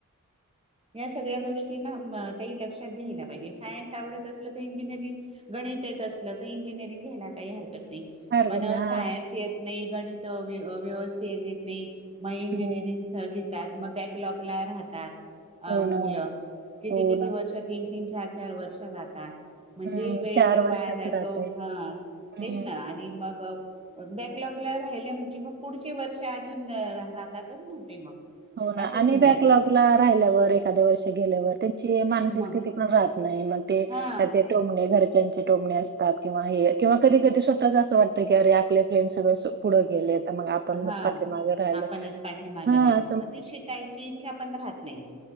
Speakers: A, on the right; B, on the right.
A: या सगळ्या गोष्टीना लक्षात घ्यायला पाहिजे सायन्स आवडत असलं तर इंजिनिअरिंग गणित येत असलं तर इंजिनिअरिंग घ्यायला काही हरकत नाही नाही
B: हरकत
A: पण
B: नाही. हां.
A: सायन्स य नाही गणित व्यवस्थित य येत नाही मग इंजिनिअरिंग
B: हं.
A: सह घितात मग बॅकलॉग ला राहतात अ
B: हो
A: मुलं
B: ना, हो ना.
A: किती
B: हो
A: किती
B: ना.
A: वर्ष तीन तीन चार चार वर्ष जातात का म्हणजे
B: हं.
A: वेळ पण
B: वर्षाचं
A: वाया राहतो
B: राहतंय.
A: हा
B: हं.
A: तेच ना आणि मग बॅकलॉगला राहिल्या म्हणजे मग पुढचे वर्ष अजून राहतातच ना ते मग
B: हो ना
A: असे होऊन
B: आणि
A: जायचं
B: बॅकलॉग ला राहिल्यावर एक साध वर्ष गेल्यावर त्यांची मानसिक
A: मग
B: स्थिती पण राहत नाही मग ते
A: हा
B: हेजे टोमने घरच्यांचे टोमणे असतात किंवा हे किंवा कधी कधी स्वतःच असं वाटतं की अरे आपले अपले स - पुढं गेले तर मग आपण
A: हा
B: च पाटीमागे राहिलोयत
A: आपणच पाठीमागे
B: ह
A: राहिलो मग ती शिकायची इच्छा पण राहत नाही